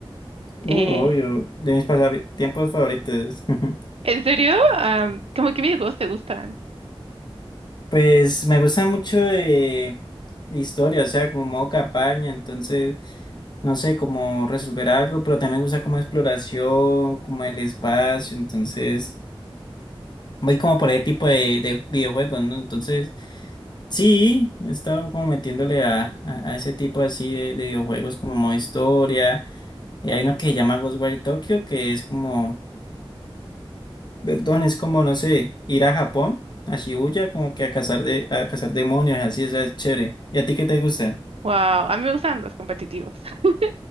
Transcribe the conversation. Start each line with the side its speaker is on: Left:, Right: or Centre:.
Left: Uh,
Right: Eh,
Left: obvio, de mis pasatiempos favoritos. <laughs>
Right: ¿en serio? Am, ¿cómo qué videojuegos te gustan?
Left: Pues me gusta mucho de historia, o sea, como modo campaña, entonces, no sé, cómo resolver algo, pero también me gusta como exploración, como el espacio, entonces, voy como por ese tipo de, de videojuegos, ¿no? Entonces, sí, he estado como metiéndole a, a, a ese tipo así de, de videojuegos como modo historia. Y hay uno que se llama Ghostwire Tokyo, que es como, perdón, es como, no sé, ir a Japón, a Shibuya, como que a cazar de, a cazar demonios, así, o sea, es chévere. ¿Y a ti qué te gusta?
Right: Wow, a mí me gustan los competitivos. <laughs>